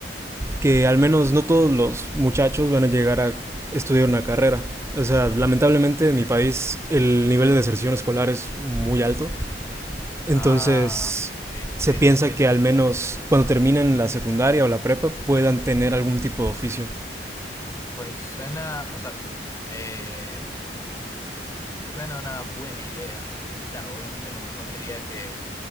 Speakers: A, on the right; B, on the left.
A: que al menos no todos los muchachos van a llegar a estudiar una carrera. O sea, lamentablemente en mi país el nivel de deserción escolar es muy alto. Entonces,
B: Ah, ok.
A: se
B: Tienes,
A: piensa que al menos cuando terminen la secundaria o la prepa puedan tener algún tipo de oficio.
B: pues suena, o sea, eh, suena una buena idea. Claro, obviamente lo mejor sería que